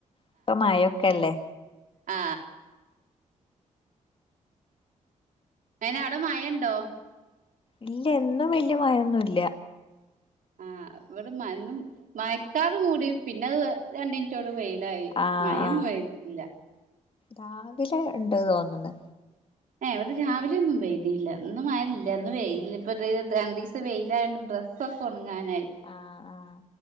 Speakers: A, on the left; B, on the right.
A: ഇപ്പ മഴക്കെല്ലേ
B: ആ അയിന്അവിടെ മഴണ്ടോ
A: ഇല്ല എന്നും വല്യ മഴൊന്നുംല്ല
B: ആഇവിടെ മ ഇന്ന് മയക്കാറ് മൂടി പിന്നത് രണ്ടിൻറ്റോണ്ട് വെയിലായി
A: ആ
B: മഴൊന്നും
A: ആ
B: പെയ്തില്ല
A: രാവിലെ ണ്ട് തോന്ന്ണ്
B: ഏ ഇവിടെ രാവിലെന്നും പെയ്തില്ല ഇന്ന് മഴ ല്ല ഇന്ന് വെയ്ല് പ്പംത് രണ്ടീസം വെയിലായോണ്ട്ഡ്രസ്സ് ഒക്കെ ഒണങ്ങാനായി
A: ആഹ് ആഹ്